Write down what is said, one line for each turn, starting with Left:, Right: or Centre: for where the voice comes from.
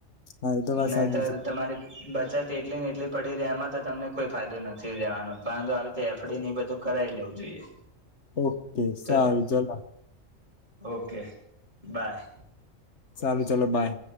Left: હા એ વાત
Right: નહી
Left: સાચી
Right: તો
Left: છે
Right: તમારી બચત એટલી ને એટલી પડી રહી એમાં તો તમને કોઈ ફાયદો નથી લેવાનો પરંતુ આવી રીતે એફ ડી એ બધું કરાઈ લેવું જોઈએ.
Left: ઓકે સારું
Right: તો
Left: જલા
Right: ઓકે બાય.
Left: સારુ ચાલો બાય.